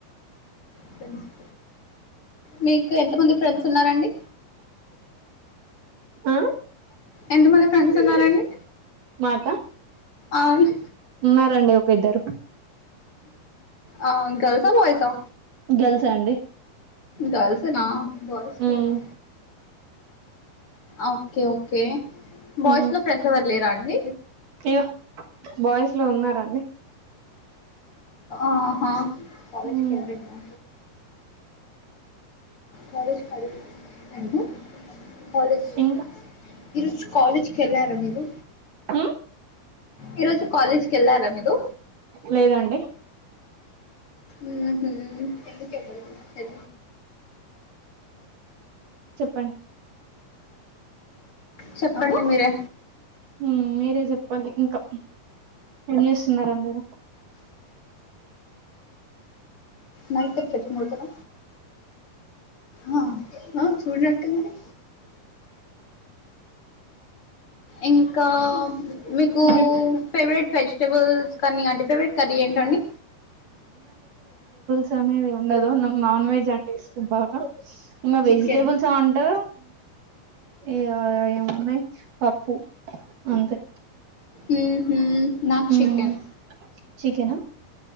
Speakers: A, on the left (about 35°); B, on the right (about 60°).
A: ఫ్రెండ్స్ మీకు ఎంత మంది ఫ్రెండ్స్ ఉన్నారండి
B: ఆ
A: ఎంత మంది ఫ్రెండ్స్ ఉన్నారండి
B: నాకా
A: అవును
B: ఉన్నారండి ఒక ఇద్దరు
A: ఆ గర్ల్స్ ఆ బోయిస్ ఆ
B: గర్ల్స్ అండి
A: గర్ల్స్నా ఎన బాయ్స్ లేరా
B: ఉమ్
A: ఓకే ఓకే బాయ్స్
B: ఉమ్
A: లో ఫ్రెండ్స్ ఎవరు లేరా అండి.
B: ఇగో బాయ్స్ లో ఉన్నారండి
A: ఆహా కాలేజ్
B: ఉమ్
A: కల్ద మా కాలేజ్ ప అ కాలేజ్
B: ఇంకా
A: ఈరోజు కాలేజ్కి వెళ్ళారా మీరు
B: ఉమ్
A: ఈరోజు కాలేజ్ కెల్లారా మీరు
B: లేదండి
A: ఉ హు ఎందుకే ఎ
B: చెప్పండి
A: చెప్పండి మీరే
B: మ్ మీరే చెప్పాలి ఇంకా ఏం చేస్తున్నారు అందరు
A: నైట్కి చచ్చ మోతరా ఆ ఆ చూడనటున్నారు ఇంకా మీకు
B: మీరు
A: ఫేవరెట్ వెజ్ టెబుల్స్ కానీ అంటే ఫేవరెట్ కర్రీ ఏంటండి
B: టనేది ఏం ఉండదు నాకు నాన్ వెజ్ అంటే ఇష్టం బాగా ఇంగా
A: చికెన్
B: వెజిటేబుల్స్ ఆ అంటే ఇగా ఏమున్నాయి పప్పుూ అంతే
A: ము హు నాక్
B: మ్మ్
A: చికెన్
B: చికెనా